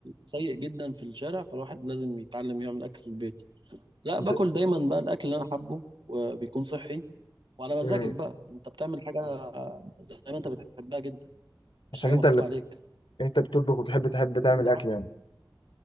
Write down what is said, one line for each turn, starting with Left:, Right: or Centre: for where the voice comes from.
Right: السيء جدا في الشارع فالواحد لازم يتعلم يعمل اكل في البيت لا باكل
Left: انت
Right: دايما بقى الاكل اللي انا حابه وبيكون صحي وعلى مزاجك
Left: امم
Right: بقى انت بتعمل حاجه زي ما انت بتحبها جدا مش
Left: عشان
Right: حاجه
Left: انت
Right: مفروض
Left: اللي
Right: عليك
Left: انت بتطبخ وتحب تحب
Right: انت
Left: تعمل
Right: المتحكم
Left: اكل يعني